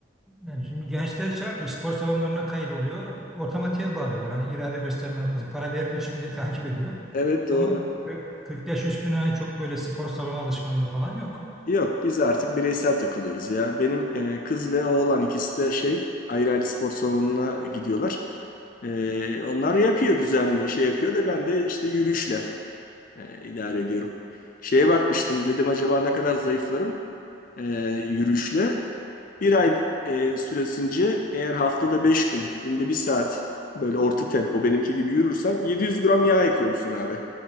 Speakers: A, in the centre; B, on the left (about 45°).
A: yani şimdi gençler şey yapıyor, spor salonlarına kayıt oluyor. otomatiğe bağlıyorlar. Hani irade gösterme noktası, para verdiği için de <laughs> takip ediyor.
B: Evet doğru.
A: Ama 40 40 yaş üstüne hani çok böyle spor salonu alışkanlığı falan yok.
B: Yok biz artık bireysel takılıyoruz ya. Benim e, kız ve oğlan ikisi de şey ayrı ayrı spor salonuna gidiyorlar. E, onlar yapıyor düzenli şey yapıyor da ben de işte yürüyüşle. E, idare ediyorum. Şeye bakmıştım dedim acaba ne kadar zayıflarım e, yürüyüşle. Bir ay e, süresince eğer haftada 5 gün günde bir saat böyle orta tempo benimki gibi yürürsen 700 gram yağ yakıyormuşsun abi.